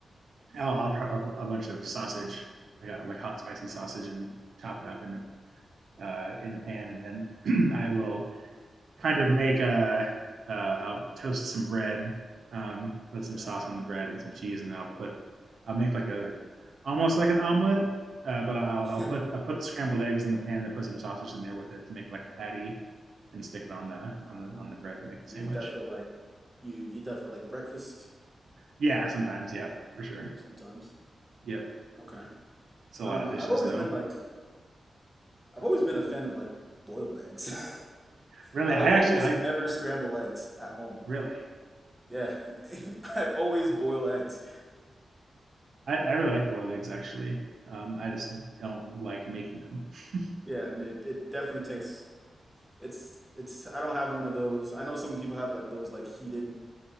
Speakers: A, on the right; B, in the centre.
A: I'll, I'll prep up a bunch of sausage. I got like hot spicy sausage and chop it up in the uh, in the pan, and then <clears throat> I will kind of make a. Uh, I'll toast some bread, um, put
B: Okay.
A: some sauce on the bread and some cheese, and I'll put. I'll make like a almost like an omelet, uh, but I'll,
B: <clears throat>
A: I'll put
B: <laughs>
A: I'll put scrambled eggs in the pan and then put some sausage in there with it to make like a patty, and stick it on the on the on the bread to make a sandwich.
B: You eat that for like you eat that for like breakfast
A: Yeah, sometimes, yeah, for sure.
B: sometimes.
A: Yep,
B: Okay.
A: it's a
B: I
A: lot
B: don't know.
A: of dishes
B: I've always
A: though.
B: been like I've always been a fan of like boiled eggs. <laughs>
A: Really,
B: I like
A: I actually
B: almost
A: I
B: never scramble eggs at home.
A: really
B: Yeah, <laughs> I always boil eggs.
A: I, I really like boiled eggs actually. Um, I just don't like making them. <laughs>
B: Yeah, and it, it definitely takes it's it's I don't have one of those. I know some people have like those like heated